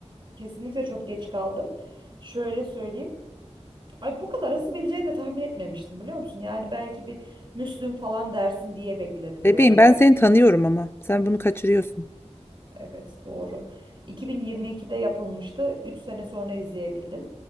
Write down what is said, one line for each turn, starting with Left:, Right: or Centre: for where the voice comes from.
Right: kesinlikle çok geç kaldım. Şöyle söyleyeyim. Ay bu kadar hızlı bileceğini de tahmin etmemiştim biliyor musun? Yani belki bir Müslüm falan dersin diye bekledim
Left: Bebeğim
Right: böyle.
Left: ben seni tanıyorum ama. Sen bunu kaçırıyorsun.
Right: Evet doğru. 2022'de yapılmıştı. 3 sene sonra izleyebildim.